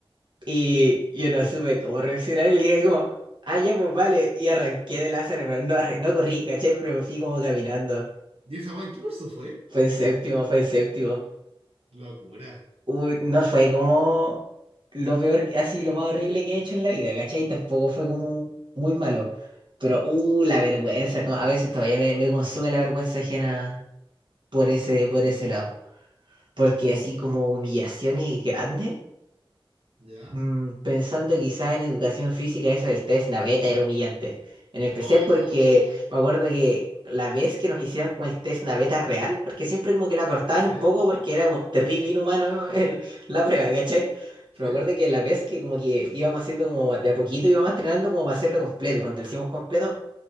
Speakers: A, on the right; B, on the right.
A: y yo no supe cómo reaccionar y le dije así como, ah, ya, pues vale, y arranqué de la sala, pero no, arran- no corrí, ¿cachai? Pero me fui como caminando.
B: ¿Y esa weá en qué curso fue?
A: Fue en séptimo, fue en séptimo.
B: Locura.
A: Uy, no fue como lo peor, que- así lo más horrible que he hecho en la vida, ¿cachai? Tampoco fue como muy malo. Pero, uh, la vergüenza, co- a veces todavía me, me consume la vergüenza ajena por ese, por ese lado. Porque
B: Oh.
A: así como humillaciones grandes.
B: ¿Ya?
A: Mm, pensando quizá en educación física, eso del test naveta era humillante. En especial
B: ¡Oh!
A: porque me acuerdo que la vez que nos hicieron con el test naveta real, porque siempre como que lo acortaban
B: ¿Sí?
A: un poco porque era como terrible inhumano el- la prueba, ¿cachai? Pero
B: ¿Sí?
A: me acuerdo que la vez que como que íbamos haciendo como de a poquito, íbamos entrenando como para hacerlo completo. Y cuando lo hicimos completo,